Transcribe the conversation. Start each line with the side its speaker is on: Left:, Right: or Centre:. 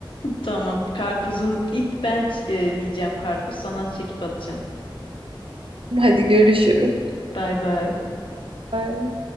Left: Tamam. Karpuzum ilk ben ç- e, yiyeceğim karpuz. Sana çekip atacağım.
Right: Hadi görüşürüz.
Left: Bay bay.
Right: Bye.